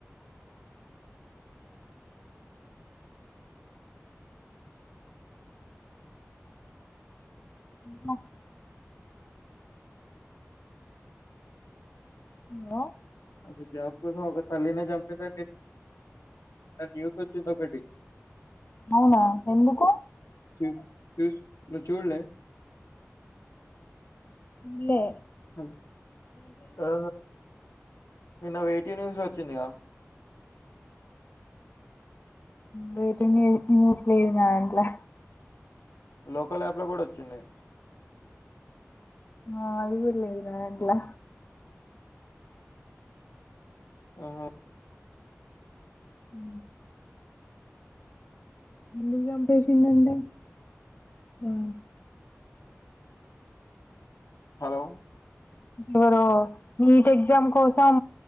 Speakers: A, on the left; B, on the left.
A: <inaudible> లో
B: అదే జాబ్కోసం ఒక తల్లినే జంపిర్రంటే నాక్ యూత్ అచ్చింది ఒక్కటి
A: అవునా ఎందుకు
B: చూ చూస్ నువ్ చూల్లే
A: ల్లే
B: హబ్ హా నిన్న వేటీ న్యూస్లో ఒచ్చిందిగా
A: వేటి న్యూ న్యూట్ లేద్ నాదాంట్లా
B: లోకల్ అప్ల గూడా ఒచ్చింది
A: ఆ అదిగుడ్ లేదు నాదాంట్లా
B: ఉహు
A: హు ఎందుకు జంపేసిందండే హా
B: హలో
A: ఎవరో నీట్ ఎగ్జామ్ కోసం